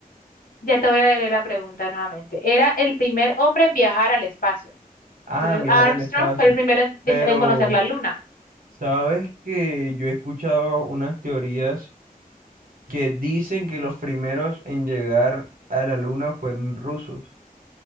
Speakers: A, on the left (about 70°); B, on the right (about 65°).
A: Ya te voy a leer la pregunta nuevamente. Era el primer hombre en viajar al espacio.
B: Ah,
A: Entonces,
B: en viajar
A: Armstrong
B: al espacio.
A: fue el primero en, vis-
B: Pero.
A: en conocer la luna.
B: Sabes que yo he escuchado unas teorías que dicen que los primeros en llegar a la luna fueron rusos,